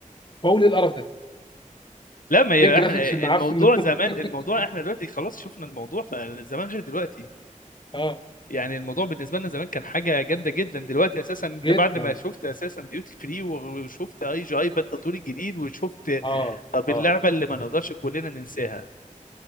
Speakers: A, on the left; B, on the left.
A: بقول ايه القرف ده
B: لا ما هي
A: ايه الجرافيكس
B: احنا
A: المعفن
B: الموضوع
A: ده؟
B: زمان
A: <laughs>
B: الموضوع احنا دلوقتي خلاص شفنا الموضوع فزمان غير دلوقتي
A: اه
B: يعني الموضوع بالنسبه لنا زمان كان حاجه جامده جدا دلوقتي اساسا انت
A: جدا
B: بعد ما شفت اساسا ديوتي فري وشفت اي جي اي بالتطوير الجديد وشفت
A: اه
B: طب اللعبه
A: اه
B: اللي ما نقدرش كلنا ننساها